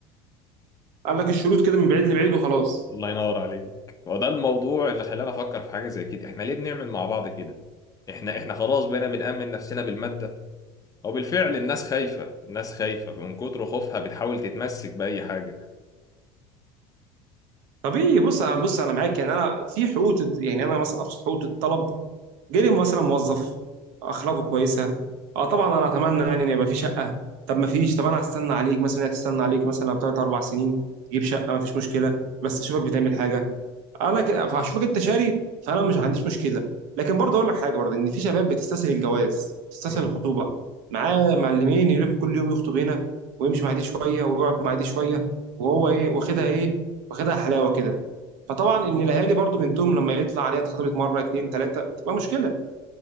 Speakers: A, on the right; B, on the left.
A: قال لك الشروط كده من بعيد لبعيد وخلاص
B: الله ينور عليك وده الموضوع اللي خلاني افكر في حاجه زي كده احنا ليه بنعمل مع بعض كده احنا احنا خلاص بقينا بنأمن نفسنا بالماده وبالفعل الناس خايفه الناس خايفه من كتر خوفها بتحاول تتمسك بأي حاجه
A: طبيعي بص انا بص انا معاك يعني انا في حقوق يعني انا مثلا ابسط حقوق الطلب جالي مثلا موظف اخلاقه كويسه اه طبعا انا اتمنى يعني ان يبقى في شقه طب ما فيش طب انا هستنى عليك مثلا هي تستنى عليك مثلا بثلاث اربع سنين تجيب شقه ما فيش مشكله بس اشوفك بتعمل حاجه انا ك... فهشوفك انت شاري فانا مش عنديش مشكله لكن برضه اقول لك حاجه برضه ان في شباب بتستسهل الجواز بتستسهل
B: امم
A: الخطوبه معاه معلمين يروح كل يوم يخطب هنا ويمشي مع دي شويه ويقعد مع دي شويه وهو ايه واخدها ايه واخدها حلاوه كده فطبعا ان الاهالي برضه بنتهم لما يطلع عليها اتخطبت مره اتنين تلاته بتبقى مشكله